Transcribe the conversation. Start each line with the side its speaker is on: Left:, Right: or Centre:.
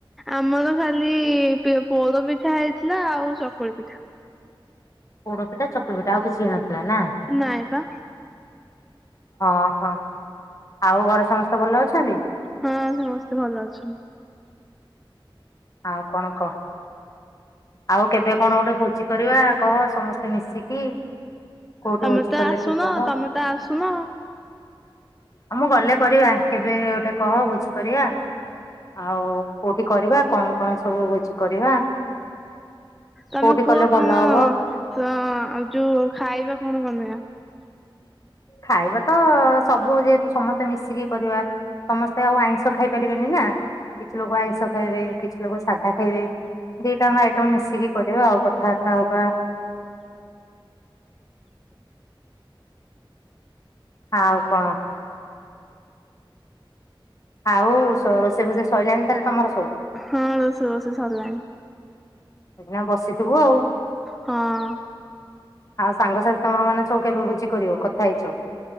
Centre: ଆମର ଖାଲି ପିଅ- ପୋଡପିଠା ହେଇଥିଲା ଆଉ ଚକୁଳି ପିଠା।
Left: ପୋଡପିଠା ଚକୁଳି ପିଠା ଆଉ କିଛି ହେଇ ନଥିଲା ନା?
Centre: ନାଇଁ ବା
Left: ଓ ହୋ, ଆଉ ଘରେ ସମସ୍ତେ ଭଲ ଅଛନ୍ତି?
Centre: ହଁ ସମସ୍ତେ ଭଲ ଅଛନ୍ତି।
Left: ଆଉ କଣ କହ? ଆଉ କେବେ କଣ ଗୋଟେ ଭୋଜି କରିବା କହ ସମସ୍ତେ ମିଶିକି? କୋଉଠି
Centre: ତୋମେ
Left: ଭୋଜି
Centre: ତ
Left: କଲେ
Centre: ଆସୁନ,
Left: ଠିକ ହବ
Centre: ତୋମେ ତ ଆସୁନ।
Left: ଆଉ ମୁଁ ଗଲେ କରିବା କେବେ ଗୋଟେ କହ ଭୁଜି କରିବା? ଆଉ କୋଉଠି କରିବା କଣ କଣ ସବୁ ଭୋଜି କରିବା?
Centre: ତୋମେ
Left: କୋଉଠି
Centre: କୁଅ
Left: କଲେ
Centre: କଣ
Left: ଭଲ
Centre: ଅ,
Left: ହବ
Centre: ଯୋଉ ଖାଇବା କଣ ବନେଇବା?
Left: ଖାଇବା ତ ସବୁ ଯେହେତୁ ସମସ୍ ତେ ମିଶିକି କରିବା ସମସ୍ତେ ଆଉ ଆଇଁଷ ଖାଇ ପାରିବେନି ନା। କିଛି ଲୋକ ଆଇଁଷ ଷ ଖାଇବେ, କିଛି ଲୋକ ସାଧା ଖାଇବେ, ଦି ଟାଙ୍କ ଆଇଟମ ମିଶିକି କରିବା ଆଉ କଥାବାର୍ତ୍ତା ହବା। ଆଉ କଣ? ଆଉ ସ-ରୋଷେଇ ଫୋଷେଇ ସଇଲାଣିି ତାହେଲେ ତୋମର ସବୁ?
Centre: ହଁ ରୋଷେଇବାସ ସରଲାଣି।
Left: ଇଖିଣା ବସିଥିବୁ ଆଉ?
Centre: ହଁ।
Left: ଆଉ ସାଙ୍ଗସାଥି ତମର ମାନେ ସବ କେବେ ବୁଝି କରିବ କଥା ହେଇଚ।